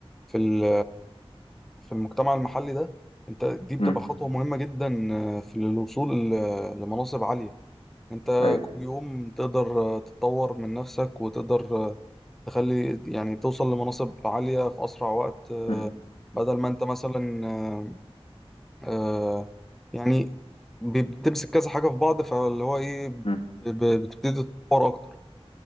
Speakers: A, in the centre; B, on the left.
A: في ال في المجتمع المحلي ده انت دي بتبقى
B: مم.
A: خطوة مهمة جدا آه، في الوصول ل- لمناصب عالية انت
B: ايوه
A: كل يوم تقدر آه، تتطور من نفسك وتقدر آه، تخلي يعني توصل لمناصب عالية في أسرع وقت آه،
B: مم.
A: بدل ما انت مثلا آه، آه يعني ب- بتمسك كذا حاجة في بعض فاللي هو إيه ب-
B: مم.
A: ب- بتبتدي تتطور أكتر